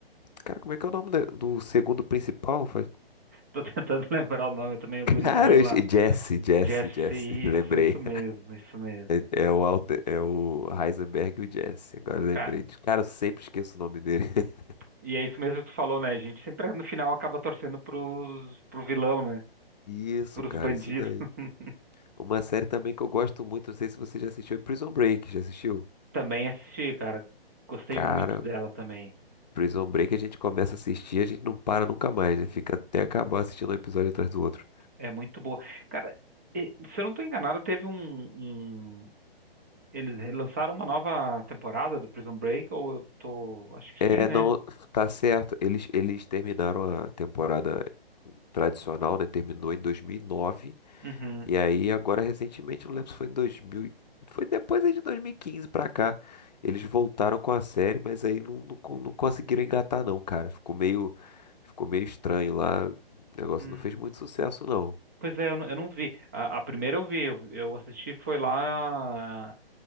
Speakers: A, on the left; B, on the right.
A: Cara, como é que é o nome da- do segundo principal? Foi-
B: Tô tentando <laughs> lembrar o nome também, o
A: <laughs>
B: gurizinho
A: Cara, eu
B: lá.
A: esque- Jesse, Jesse,
B: Jesse,
A: Jesse.
B: isso,
A: <laughs> Lembrei.
B: isso mesmo, isso mesmo.
A: É, é o Walter, é o Heisenberg e o Jesse. Agora eu lembrei.
B: Cara,
A: de- Cara, eu sempre esqueço o nome dele. <laughs>
B: e é isso mesmo que tu falou, né? A gente sempre no final acaba torcendo pros, pro vilão, né?
A: Isso,
B: Pros
A: cara,
B: bandidos.
A: isso daí.
B: <laughs>
A: Uma série também que eu gosto muito, não sei se você já assistiu, é Prison Break. Já assistiu?
B: Também assisti, cara. Gostei
A: Cara,
B: muito dela também.
A: Prison Break a gente começa a assistir, a gente não para nunca mais, né? Fica até acabar assistindo um episódio atrás do outro.
B: É muito boa. Cara, e- se eu não tô enganado, teve um, um... Eles lançaram uma nova temporada do Prison Break, ou eu tô... Acho que
A: É,
B: sim, né?
A: não, tá certo. Eles, eles terminaram a temporada tradicional, né? Terminou em 2009. E nove.
B: Uhum.
A: E aí, agora, recentemente, não lembro se foi em 2000. e- Foi depois aí de 2015 pra cá. Eles voltaram com a série, mas aí não, não, co- não conseguiram engatar, não, cara. Ficou meio, ficou meio estranho lá. O negócio
B: Hum,
A: não fez muito sucesso, não.
B: Pois é, eu não, eu não vi. A, a primeira eu vi, eu, eu assisti foi lá.